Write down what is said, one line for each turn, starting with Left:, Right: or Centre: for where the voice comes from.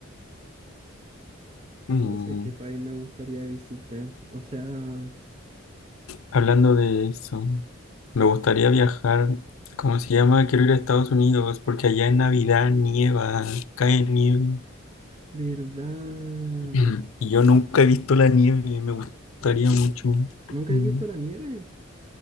Left: Mm,
Right: No sé qué país me gustaría visitar. O sea,
Left: Hablando de eso, me gustaría viajar. ¿Cómo se llama? Quiero ir a Estados Unidos porque allá en Navidad nieva, cae nieve.
Right: ¿verdad?
Left: Mm. Y Yo nunca he visto la nieve, me gustaría mucho.
Right: ¿Nunca
Left: Mm,
Right: has visto la nieve?